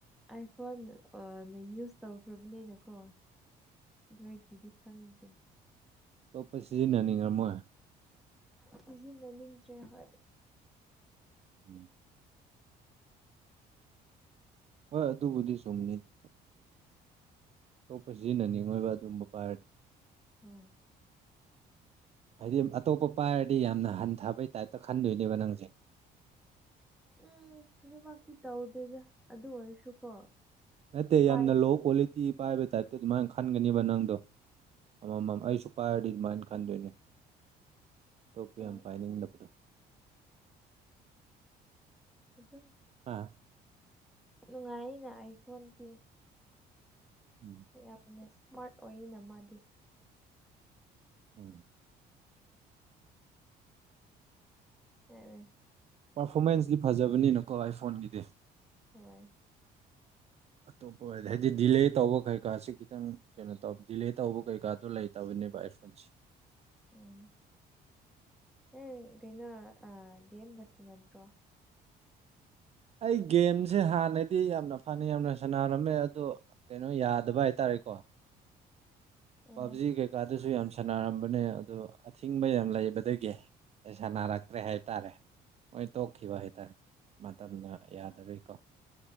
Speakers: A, in the centre; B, on the right (about 40°).
A: ꯑꯥꯏꯐꯣꯟ ꯅ ꯌꯨꯁ ꯇꯧꯈ꯭ꯔꯕꯅꯦꯅ ꯀꯣ ꯗ꯭ꯔꯣꯏꯀꯤꯗꯤ ꯈꯪꯗ꯭ꯔꯤꯕ
B: ꯇꯞꯄꯩ ꯁꯤꯁꯤꯟꯅꯅꯤ ꯉꯔꯃꯣꯏ
A: ꯁꯤꯖꯤ ꯂꯅꯤꯡꯡ ꯗ꯭ꯔꯦ ꯍ
B: ꯎꯝ ꯍꯣꯏ ꯑꯗꯨꯕꯨꯗꯤ ꯁꯝꯅꯤꯖꯤ ꯑꯇꯣꯞꯄ ꯁꯤꯖꯤꯟꯅꯅꯤꯡꯉꯣꯏꯕ ꯑꯗꯨꯝꯕ ꯄꯥꯏꯔꯗꯤ
A: ꯍꯣꯏ
B: ꯍꯥꯏꯗꯤ ꯑꯇꯣꯞꯄ ꯄꯥꯏꯔꯗꯤ ꯌꯥꯝꯅ ꯍꯟꯊꯕꯩ ꯇꯥꯏꯞꯇ ꯈꯟꯗꯣꯏꯅꯦꯕ ꯅꯪꯁꯦ
A: ꯎꯝ ꯑꯗꯨꯃꯛꯇꯤ ꯇꯧꯗꯦꯗ ꯑꯗꯨ ꯑꯣꯏꯔꯁꯨꯀꯣ
B: ꯅꯠꯇꯦ
A: ꯄꯥꯏ
B: ꯌꯥꯝꯅ ꯂꯣ ꯀ꯭ꯋꯥꯂꯤꯇꯤ ꯄꯥꯏꯕ ꯇꯥꯏꯞꯇ ꯑꯗꯨꯃꯥꯏꯅ ꯈꯟꯒꯅꯦꯕ ꯅꯪꯗꯣ ꯑꯃꯃꯝ ꯑꯩꯁꯨ ꯄꯥꯏꯔ ꯏꯃꯥꯥꯟ ꯈꯥꯟꯗꯣꯏꯅꯦ ꯇꯣꯞꯄ
A: ꯍꯣꯏ
B: ꯌꯥꯝ ꯄꯥꯏꯅꯤꯡꯗꯕꯗꯣ
A: ꯑꯗꯨꯗꯣ
B: ꯑꯥ
A: ꯅꯨꯡꯉꯥꯏꯅ ꯑꯩ ꯐꯣꯟꯗꯤ
B: ꯎꯝ
A: ꯌꯥꯝꯅ ꯏꯁꯃꯥꯔꯠ ꯑꯣꯏꯅ ꯃꯥꯗꯤ
B: ꯎꯝ
A: ꯎꯝ
B: ꯄꯥꯔꯐꯣꯔꯃꯦꯟꯁꯇ ꯐꯖꯕꯅꯤꯅꯀꯣ ꯑꯩꯥꯏꯐꯣꯟꯒꯤꯗꯤ
A: ꯍꯣꯏ
B: ꯑꯇꯣꯞꯄ ꯑꯣꯏꯔꯗꯤ ꯍꯥꯏꯗꯤ ꯗꯤꯂꯦ ꯇꯧꯕ ꯀꯩꯀꯥꯥꯁ ꯈꯤꯇꯪ ꯀꯩꯅꯣ ꯇꯧ ꯗꯤꯂꯦ ꯇꯧꯕ ꯀꯩꯀꯥꯗꯣ ꯂꯩꯇꯕꯅꯤ ꯕꯥꯏ ꯐꯣꯟꯁ
A: ꯎꯝ ꯑꯦ ꯀꯩꯅꯣ ꯒꯦꯝꯒ ꯁꯥꯟꯅꯗ꯭ꯔꯣ <unintelligible>
B: ꯑꯩ ꯒꯦꯝꯁꯦ ꯍꯥꯟꯅꯗꯤ ꯌꯥꯝꯅ ꯐꯅꯤ ꯌꯥꯝꯅ ꯁꯥꯟꯅꯔꯝꯃꯦ ꯑꯗꯣ ꯀꯩꯅꯣ ꯌꯥꯗꯕ ꯍꯥꯏꯇꯥꯔꯦꯀꯣ ꯋꯥ
A: ꯑꯣ
B: ꯄꯕꯖꯤ ꯀꯩꯀꯥꯗꯁꯨ ꯌꯥꯝ ꯁꯥꯟꯅꯔꯝꯕꯅꯦ ꯑꯗꯨ ꯑꯊꯤꯡꯕ ꯌꯥꯝ ꯂꯩꯕꯗꯒꯤ ꯁꯥꯟꯅꯔꯛꯇ꯭ꯔꯦ ꯍꯥꯏꯇꯥꯔꯦ ꯃꯣꯏ ꯇꯣꯛꯈꯤꯕ ꯍꯥꯏ ꯇꯔꯦ ꯃꯇꯝꯅ ꯌꯥꯗꯕꯤꯩꯀꯣ